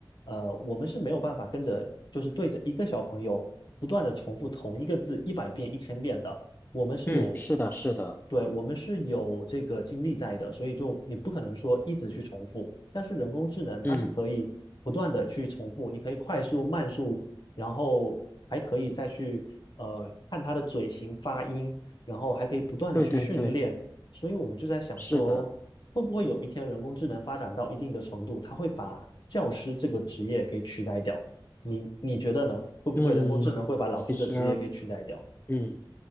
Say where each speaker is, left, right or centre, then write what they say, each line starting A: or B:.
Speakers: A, on the left; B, on the left.
A: 呃，我们是没有办法跟着就是对着一个小朋友不断的重复同一个字一百遍、一千遍的，我们是有，
B: 嗯，是的，是的，
A: 对，我们是有这个精力在的，所以就你不可能说一直去重复，但是人工智能它是可以不断的去重复，
B: 嗯，
A: 你可以快速、慢速，然后还可以再去。呃，看它的嘴型、发音，然后还可以不断的去训练。
B: 对对对，
A: 所以我们就在想说，
B: 是的，
A: 会不会有一天人工智能发展到一定的程度，它会把教师这个职业给取代掉？你你觉得呢？会不会人工智能会把老师的职业给取代掉？
B: 嗯，其实嗯。